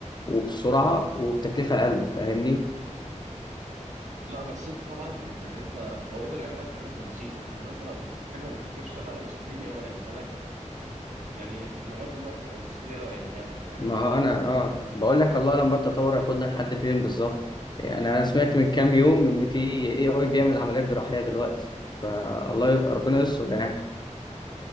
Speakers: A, on the left; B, on the right.
A: وبسرعة وبتكلفة اقل فاهمني
B: لا بس انت طبعا يعني انت هو يقدر يعمل لك الحاجات البسيطه انما انت لو دخلت حاجه بروفيشنال قوي مستحيل يقدر يعملها لك يعني لغايه دلوقتي مستحيل يقدر يعملها لك يعني
A: ما
B: انت
A: انا اه بقول لك الله لما التطور هياخدنا لحد فين بالظبط يعني انا سمعت
B: مم.
A: من كام يوم ان في اي اي بيعمل عمليات جراحيه دلوقتي فالله ي- ربنا يستر يعني